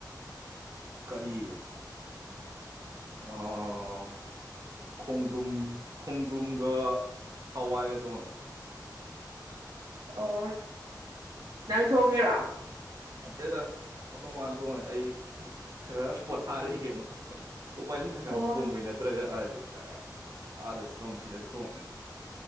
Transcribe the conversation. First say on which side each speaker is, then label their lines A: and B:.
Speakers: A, on the right; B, on the right.
A: ꯀꯔꯤꯅꫭ ꯑꯥꯑ ꯈꯣꯡꯗ꯭ꯔꯨꯝ꯫ ꯈꯣꯡꯗ꯭ꯔꯨꯝꯒ ꯍꯋꯥꯏꯒ ꯊꯣꯡꯏ꯫
B: ꯑꯣꯑ ꯅꯪꯅ ꯊꯣꯡꯉꯤꯔꯣ
A: ꯅꯇꯦꯗ ꯃꯈꫭꯏ ꯃꯥꯟ ꯊꯣꯡꯉꯦ ꯑꯩ ꯈꯔ ꯄꯣꯊꯥꯔꯤꯒꯦꯅ ꯎꯄꯥꯏ ꯂꯤꯇꯛ ꯀꯥꯟꯗ
B: ꯑꯣ
A: ꯊꯣꯡꯕꯩ ꯅꯠꯇ꯭ꯔꯗꯤ ꯀꯥꯏ ꯑꯥꯗꯁꯨ ꯊꯣꯡ ꯁꯤꯗꯁꯨ ꯊꯣꯡ